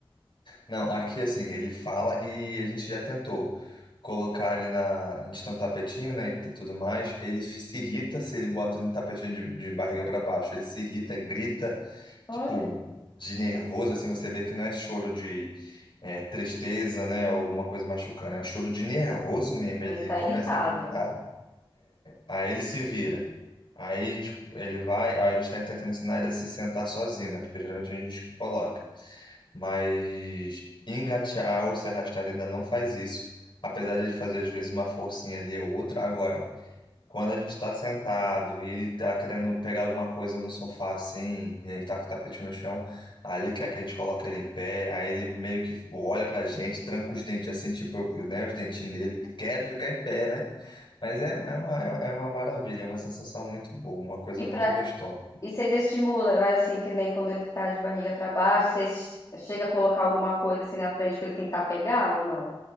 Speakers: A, on the left; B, on the left.
A: Não, aqui assim, ele fala e a gente já tentou colocar ele na. A gente tem um tapetinho, né? E t- tudo mais. Ele se irrita se ele bota ele no tapetinho de, de barriga para baixo. Ele se irrita, grita. tipo,
B: Olha,
A: de nervoso, assim, você vê que não é choro de é, tristeza, né, ou alguma coisa machucando, é um choro de nervoso mesmo. Ele
B: ele tá
A: começa
B: irritado.
A: a gritar, aí ele se vira. Aí a gente- ele vai, a gente está tentando ensinar ele a se sentar sozinho, né, porque geralmente a gente que coloca. Mas engatear ou se arrastar ele ainda não faz isso. Apesar de ele fazer às vezes uma forcinha ali ou outra, agora quando a gente está sentado e ele tá querendo pegar alguma coisa no sofá assim, e ele tá com o tapete no chão, aí ele quer que a gente coloque ele em pé, aí ele meio que olha pra gente, tranca os dentes assim, tipo, eu- né, os dentinhos dele, quer ficar em pé, né? Mas é, é uma, é é uma maravilha, é uma sensação muito boa, uma coisa
B: E
A: muito
B: pra
A: gostosa.
B: E vocês estimulam, mas assim, que nem quando ele tá de barriga pra baixo, vocês chega a colocar alguma coisa assim na frente pra ele tentar pegar ou não?